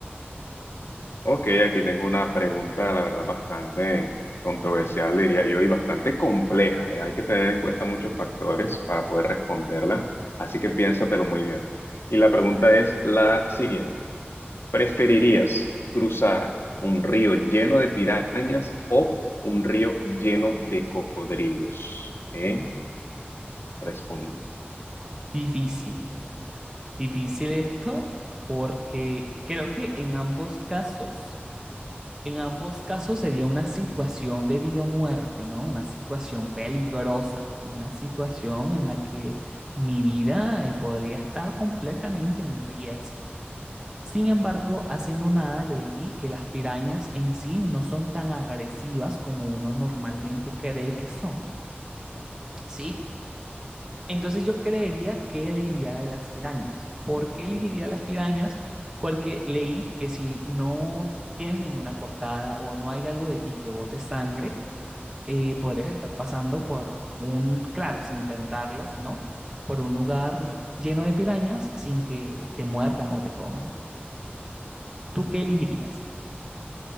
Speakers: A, on the left (about 75°); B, on the right (about 15°).
A: Ok, aquí tengo una pregunta, la verdad, bastante controversial, diría yo, y bastante compleja, ¿eh? Hay que tener en cuenta muchos factores para poder responderla, así que piénsatelo muy bien. Y la pregunta es la siguiente. ¿Preferirías cruzar un río lleno de pirañas o un río lleno de cocodrilos? ¿Eh? Responde.
B: Difícil, difícil esto porque creo que en ambos casos En ambos casos sería una situación de vida o muerte, ¿no? Una situación peligrosa, una situación en la que mi vida eh, podría estar completamente en riesgo. Sin embargo, hace no nada leí que las pirañas en sí no son tan agresivas como uno normalmente cree que son, ¿sí? Entonces yo creería que elegiría las pirañas. ¿Por qué elegiría las pirañas? Porque leí que si no tienes ninguna cortada o no hay algo de ti que bote sangre, eh, podrías estar pasando por un, claro, sin tentarlas, ¿no? Por un lugar lleno de pirañas sin que te muerdan o te coman. ¿Tú qué elegirías?